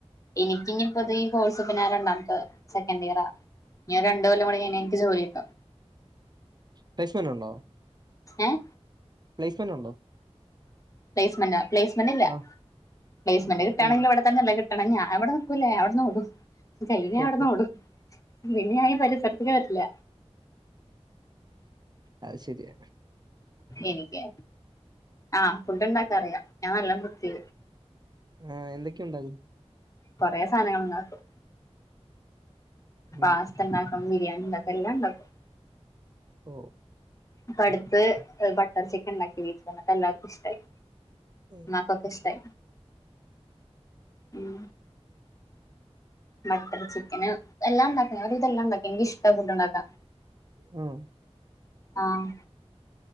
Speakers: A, on the left; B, on the right.
A: എനിക്കിഞ്പ്പ ഇത് ഈ കോഴ്സ് പിന്നെ രണ്ടാമത്തെ സെക്കൻ് ഇയറാ ഞാ രണ്ടു കൊല്ലം കൂടിക്കഴിഞ്ഞാ എനിക്ക് ജോലി കിട്ടും
B: പ്ലേസ്മല് ഉണ്ടോ
A: ഏഹ്
B: പ്ലെസ്മെന്റ് ഉണ്ടോ
A: പ്ലെസ്മെന്റോ പ്ലെസ്മെന്റ് ഇല്ല
B: ആഹ്
A: പ്ലെസ്മെന്റ്
B: ആഹ് പ്ലേസ്മെന്റ്
A: കിട്ടാണെങ്കി ഇവിടെ തന്നെല്ലെ കിട്ടണം ഞാൻ ഇവിടെ നിക്കൂല്ല ഞാൻ ഇവിട്ന്ന് ഓടും കഴിഞാ
B: ഓഹോ
A: ഇവട്ന്ന് ഓടും പിന്നെ ഞാൻ ഈ പരിസരത്തേക്ക് വരില്ല
B: അത് ശെരിയ
A: എനിക്ക് ആഹ് ഫുഡ് ഇണ്ടാക്കാൻ അറിയാ ഞാൻ നല്ല കുത്തി
B: ആഹ് എന്തൊക്കെ ഇണ്ടാകും
A: കൊറെ സാനങ്ങൾ ഇണ്ടാക്കും
B: ഉം,
A: പാസ്ത ഉം ബരിയെണി ഇണ്ടാക്കും എല്ലാം ഇണ്ടാക്കും
B: ഓ
A: ഇപ്പ അടുത്ത് ബട്ടർ ചിക്കൻ ഇണ്ടാക്കി ഒരുസം എന്നട്ട് എല്ലാർക്കും ഇഷ്ടായി
B: ആഹ്
A: നക്കൊക്ക ഇഷ്ടായി മ് ബട്ടർ ചിക്കന് എല്ലാം ഇണ്ടാക്കി ഒരു വിധം എല്ലാം ഇണ്ടാക്കി എനിക്ക് ഇഷ്ട ഫുഡ് ഇണ്ടാക്കാൻ
B: ഉം
A: ആഹ്